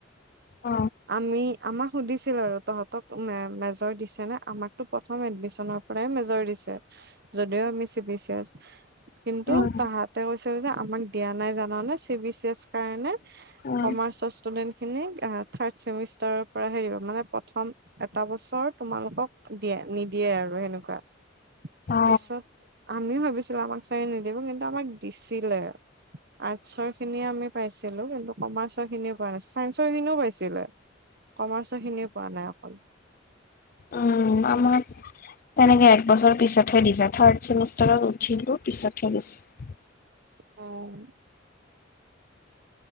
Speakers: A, on the left (about 50°); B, on the right (about 55°).
A: অ
B: আমি আমাক সুধিছিল আৰু তহঁতক মে মেজৰ দিছে নে? আমাকতো প্ৰথম এডমিশনৰ পৰাই মেজৰ দিছে। যদিও আমি চি পি চি এছ কিন্তু
A: উম
B: তাহাঁতে কৈছ ছে আমাক দিয়া নাই জানে চি বি চি এছ কাৰণে
A: উম
B: কমাৰ্চৰ ষ্টুডেন্ট খিনিক থাৰ্ড চেমিষ্টাৰৰ পৰা হে দিব মানে প্ৰথম এটা বছৰ তোমালোকক দিয়ে নিদিয়ে আৰু সেনেকুৱা
A: অ
B: পিছত আমিও ভাবিছো আমাক চাগ নিদিব কিন্তু আমাক দিছিলে আৰ্চৰ খিনি আমি পাইছিলো কিন্তু কমাৰ্চৰ খিনি পোৱা নাছিল চাইন্সৰ খিনিও পাইছিলে কমাৰ্চৰ খিনিয়ে পোৱা নাই অকল।
A: উম আ ম তেনেকে একবছৰ পিছতহে দিছা থাৰ্ড চেমিষ্টাৰত উঠিলো পিছতহে দিছে
B: অ',